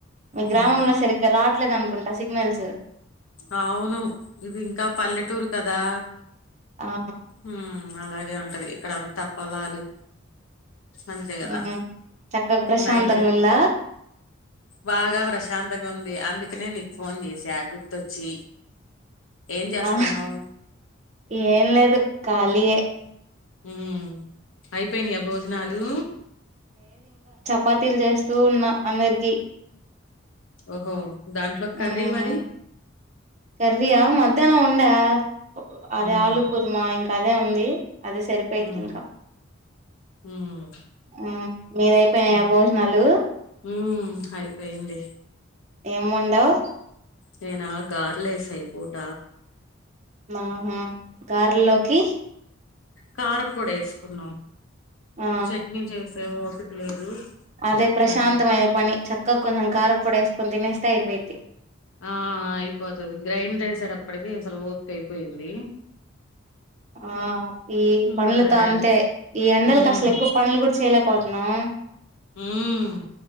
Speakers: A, on the right (about 35°); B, on the left (about 80°).
A: మీ
B: ఉమ్
A: గ్రామంలో సరిగ్గా రావట్లేదు అనుకుంటా సిగ్నల్స్
B: అవును ఇది ఇంకా పల్లెటూరు కదా
A: ఆ
B: హూమ్ అలాగే ఉంటది ఇక్కడ అంతా పొలాలు అంతే కదా
A: ఉమ్ చక్కగా ప్రశాంతంగా
B: నైట్
A: ఉందా
B: బాగా ప్రశాంతంగా ఉం ది అందుకనే నీకు ఫోన్ చేసా గుర్తొచ్చి ఏం చేస్తున్నావ్
A: ఆ ఏం లేదు కాలియే
B: మ్ అయిపోయినాయా భోజనాలు
A: పాతిల్ చేస్తూ ఉన్న అందరికీ
B: ఓహో దాంట్లో
A: మ్
B: కర్రీ మరి
A: కర్రియ మధ్యనం ఉందా అదే
B: హ్మ్
A: ఆలు కుర్మ ఇంకా అదే ఉంది అది సరిపోయిదింక
B: హ్మ్ హ్మ్
A: మ్ మీవయిపోయినాయ
B: హ్మ్
A: భోజనాలు
B: హ్మ్ అయిపోయింది
A: ఏం వొండావ్
B: నేనా గార్లేసా ఈ పూట
A: ఆహా గారేళ్ళోకి
B: కారపొడేసుకున్నం
A: ఆ
B: చట్నీ చేసే ఒపిక లేదు
A: అదే ప్రశాంతమైన
B: దా
A: పని చక్క కొంచెం కారపోడి వేసుకోని తినేస్తే అయిపోయిద్ధి
B: ఆ అయిపోతది గ్రైండ్ వేసేటప్పటికిీ అసలు ఓపిక అయిపోయింది
A: ఆ ఈ
B: ఇంగ
A: పనులతో
B: సరే
A: అంతే
B: అని
A: ఈ ఎండలకి
B: ఉమ్
A: అసలు ఎక్కువ పనులు కూడా చేయలేకపోతున్నం
B: హుమ్